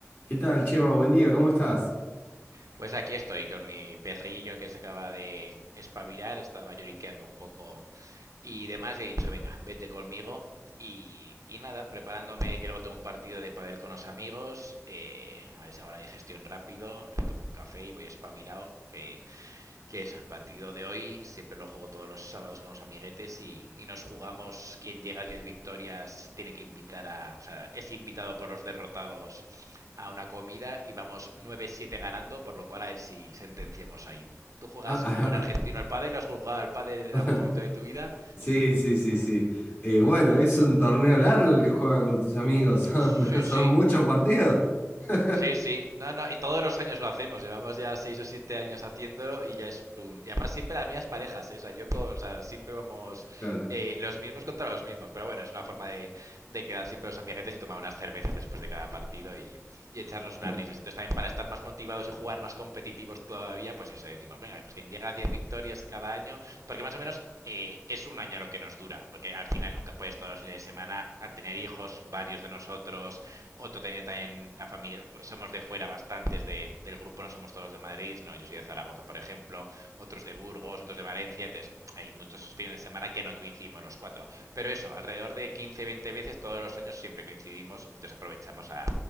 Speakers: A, on the left (about 40°); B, on the right (about 85°).
A: ¿Qué tal, Chema? Buen día, ¿cómo estás?
B: Pues aquí estoy con mi perrillo que se acaba de espabilar, estaba lloriqueando un poco y demás, y he dicho, venga, vete conmigo. Y, y nada, preparándome que luego tengo un partido de pádel con los amigos, eh, a ver si hago la digestión rápido, me tomo un café y voy espabilado, que que es el partido de hoy, siempre lo juego todos los sábados con los amiguetes y, y nos jugamos quien llega a 10 victorias tiene que invitar a, o sea, es invitado por los derrotados a una comida y vamos nueve siete ganando, por lo cual a ver si sentenciamos ahí. ¿Tú juegas
A: Ah,
B: como buen argentino al pádel? ¿Lo has jugado al pádel en
A: ah, <laughs>
B: algún momento de tu vida?
A: Sí, sí, sí, sí. Eh, bueno, es un torneo largo el que juegan con tus amigos, <laughs> son,
B: Sí, sí.
A: son muchos partidos. <laughs>
B: Sí, sí, no, no, y todos los años lo hacemos, llevamos ya seis o siete años haciéndolo y ya es un... Y además siempre las mismas parejas, ¿eh? O sea, yo, co- o sea, siempre vamos
A: Claro,
B: eh, los mismos contra los mismos, pero bueno, es una forma de, de quedar siempre los amiguetes y tomar unas cervezas después de cada partido y, y echarnos
A: claro.
B: unas risas. Entonces también para estar más motivados y jugar más competitivos todavía, pues eso decimos, venga, pues quien llega a 10 victorias cada año, porque más o menos eh, es un año lo que nos dura, porque al final nunca puedes todos los fines de semana, al tener hijos varios de nosotros, todos, otro tenía también la familia, somos de fuera bastantes de, del grupo, no somos todos de Madrid, sino yo soy de Zaragoza, por ejemplo, otros de Burgos, otros de Valencia, entonces hay muchos fines de semana que no coincidimos los cuatro. Pero eso, alrededor de 15 20 veces todos los años siempre coincidimos, entonces aprovechamos a,